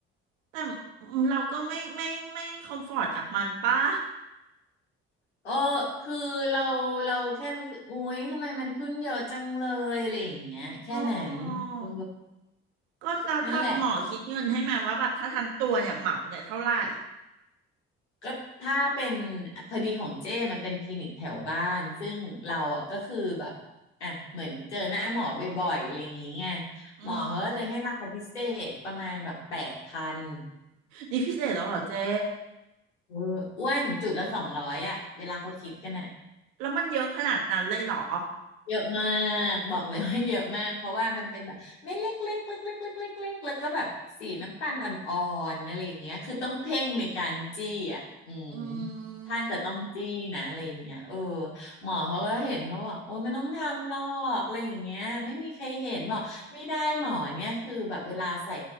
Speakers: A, on the right; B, on the left.
A: แต่เราก็ไม่ไม่ไม่คอมฟอร์ตกับมันปะ
B: เออคือเราเราแค่รู้สึกอุ๊ยทำไมมันขึ้นเยอะจังเลยอะไรอย่างเงี้ยแค่นั้นเออ
A: อ๋อก็เราถ้าหมอคิดเงินให้ไหมว่าแบบถ้าทั้งตัวเนี่ยเหมาเนี่ยเท่าไหร่
B: นั่นแหละ ก็ถ้าเป็นพอดีของเจ้มันเป็นคลินิกแถวบ้านซึ่งเราอ่ะก็คือแบบอ่ะเหมือนเจอหน้าหมอบ่อยๆอะไรอย่างงี้ไง
A: อืม
B: หมอเขาก็เลยให้ราคาพิเศษประมาณแบบแปดพัน
A: นี่พิเศษแล้วเหรอเจ้
B: เอออ้วนจุดละสองร้อยอ่ะเวลาเขาคิดกันอ่ะ
A: แล้วมันเยอะขนาดนั้นเลยเหรอ
B: เยอะมากบอกเลย <laughs> ว่าเยอะมากเพราะว่ามันเป็นแบบเม็ดเล็กๆเล็กเล็กเล็กๆเล็กๆเล็กเแล้วก็แบบสีน้ำตาลอ่อนๆอะไรอย่างเงี้ยคือต้องเพ่งในการจี้อ่ะอืม
A: อื
B: ถ้าจะต้องจี้นะอะไรอย่างเงี้ยเออ
A: ม
B: หมอเขาก็เห็นเขาบอกโอ้ยไม่ต้องทำหรอกอะไรอย่างเงี้ยไม่มีใครเห็นบอกไม่ได้หมอเนี่ยคือแบบเวลาใส่